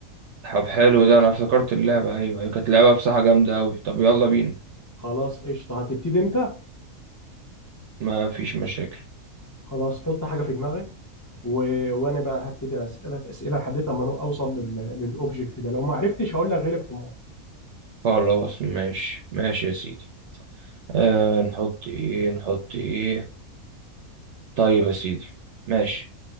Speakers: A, on the right; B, on the left.
A: طب حلو ده انا افتكرت اللعبة ايوه هي كانت لعبة بصراحة جامدة اوي طب يلا بينا
B: خلاص قشطة هتبتدي انت
A: ما فيش مشاكل
B: خلاص حط حاجة في دماغك و... وانا بقى هبتدي اسألك اسئلة لحد ما أنا اوصل لل... للاوبجكت ده لو ما عرفتش هقول لك غلب حمار
A: خلاص ماشي ماشي يا سيدي آه نحط ايه نحط ايه طيب يا سيدي ماشي